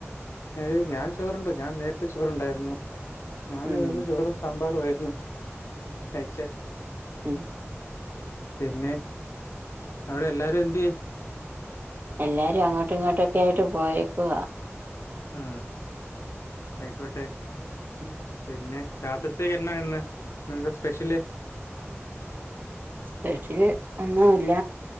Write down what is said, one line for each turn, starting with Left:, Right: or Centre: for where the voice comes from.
Left: ഏ് ഞാൻ ചോറുണ്ടു ഞാൻ നേരത്തെ ചോറണ്ടായിരുന്നു ഞാൻ
Right: ഉം
Left: വന്ന് ചോറും സാമ്പാറും ആയിരുന്നു ഉം ടെൻഷൻ
Right: ഉം
Left: പിന്നെ അവിടെ എല്ലാരും എന്ത്യേ
Right: എല്ലാരും അങ്ങോട്ടും ഇങ്ങോട്ടൊക്കെ ആയിട്ട് പോയേക്കുവാ
Left: ആ ആയിക്കോട്ടെ
Right: ഉം
Left: പിന്നെ രാത്രിത്തേക്ക് എന്നാ ഇന്ന്, ഇന്ന് എന്താ സ്പെഷ്യല്
Right: സ്പെഷ്യൽ ഒന്നുല്ല